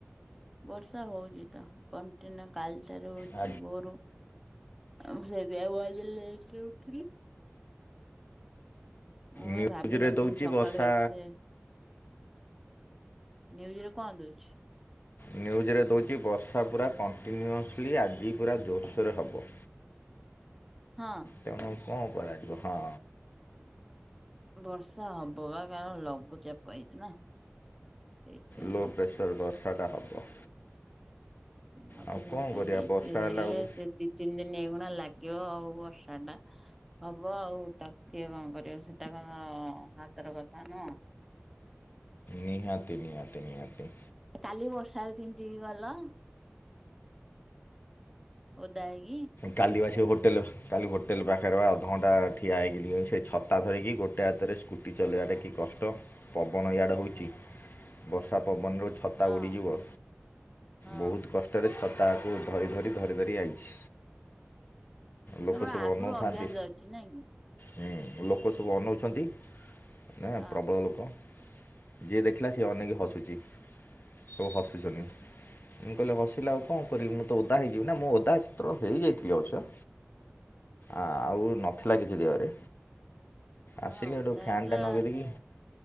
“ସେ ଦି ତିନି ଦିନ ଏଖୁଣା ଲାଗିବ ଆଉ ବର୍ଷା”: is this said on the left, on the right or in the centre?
Centre